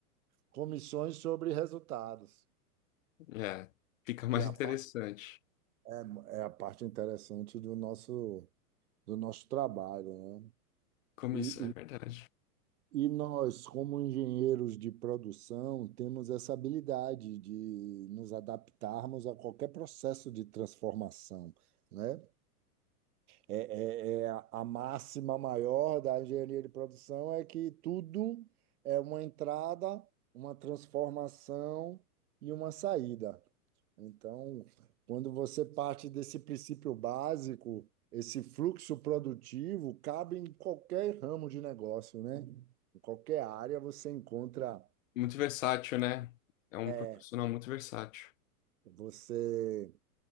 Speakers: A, on the right (about 70°); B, on the left (about 55°).
A: comissões sobre resultados,
B: É, fica mais
A: que é
B: interessante.
A: a, pa- é, é a parte interessante do nosso, do nosso trabalho, né?
B: Como
A: E,
B: isso é verdade.
A: e, e nós, como engenheiros de produção, temos essa habilidade de nos adaptarmos a qualquer processo de transformação né? É, é- é a a máxima maior da engenharia de produção é que tudo é uma entrada, uma transformação e uma saída. Então, quando você parte desse princípio básico, esse fluxo produtivo cabe em qualquer ramo de negócio, né? Em qualquer área você encontra,
B: Muito versátil, né? É um
A: é
B: profissional muito versátil.
A: você,